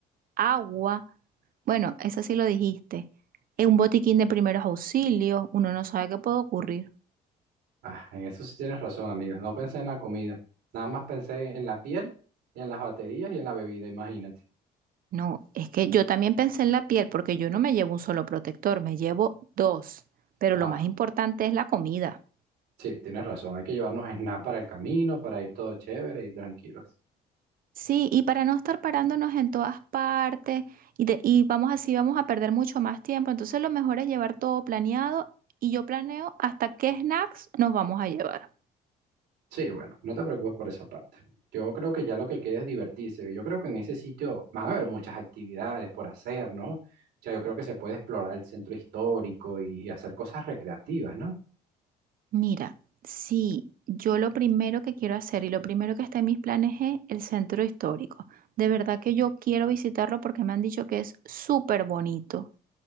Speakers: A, on the right; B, on the right.
A: agua Bueno, eso sí lo dijiste. En un botiquín de primeros auxilios, uno no sabe qué puede ocurrir.
B: Ah, en eso sí tienes razón, amiga. No pensé en la comida, nada más pensé en la piel y en las baterías y en la bebida, imagínate.
A: No, es que yo también pensé en la piel porque yo no me llevo un solo protector, me llevo dos. Pero
B: Ah,
A: lo más importante es la comida.
B: sí, tienes razón, hay que llevarnos snacks para el camino, para ir todo chévere, ir tranquilos.
A: Sí, y para no estar parándonos en todas partes y, de- y vamos así, vamos a perder mucho más tiempo. Entonces lo mejor es llevar todo planeado y yo planeo hasta qué snacks nos vamos a llevar.
B: Sí, bueno, no te preocupes por esa parte. Yo creo que ya lo que queda es divertirse. Yo creo que en ese sitio van a haber muchas actividades por hacer, ¿no? O sea, yo creo que se puede explorar el centro histórico y hacer cosas recreativas, ¿no?
A: Mira, sí, yo lo primero que quiero hacer y lo primero que está en mis planes es el centro histórico. De verdad que yo quiero visitarlo porque me han dicho que es súper bonito.